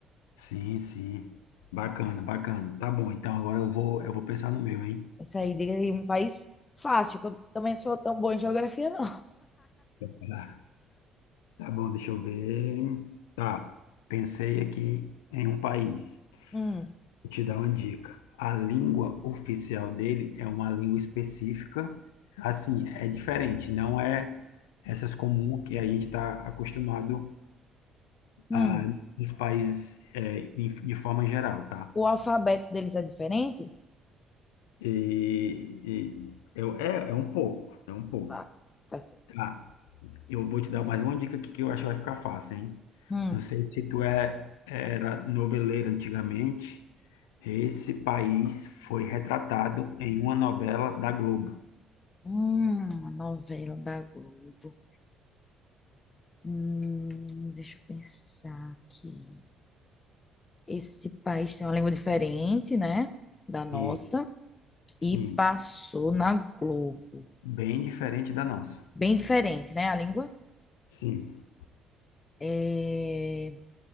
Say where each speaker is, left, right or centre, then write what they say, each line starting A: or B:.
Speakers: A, on the left; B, on the left.
A: Sim, sim. Bacana, bacana. Tá bom, então agora eu vou, eu vou pensar no meu, hein?
B: Isso aí, diga aí, um país fácil, que eu também não sou tão boa em geografia, não.
A: Tá Tá bom, deixa eu ver. Tá, pensei aqui em um país.
B: Hum,
A: Vou te dar uma dica. A língua oficial dele é uma língua específica. Assim, é diferente, não é essas comum que a gente está acostumado
B: hum.
A: a nos países eh, em- de forma geral, tá?
B: O alfabeto deles é diferente?
A: E, e eu, é, é um pouco, é um pouco.
B: Tá, tá certo.
A: Tá, eu vou te dar mais uma dica aqui que eu acho que vai ficar fácil, hein?
B: Hum,
A: Não sei se tu é, era noveleiro antigamente, esse país foi retratado em uma novela da Globo.
B: hum, a novela da Globo. Hum, deixa eu pensar aqui. Esse país tem uma língua diferente, né, da nossa,
A: Isso, sim,
B: e passou na Globo.
A: bem diferente da nossa.
B: Bem diferente, né, a língua.
A: Sim,
B: É,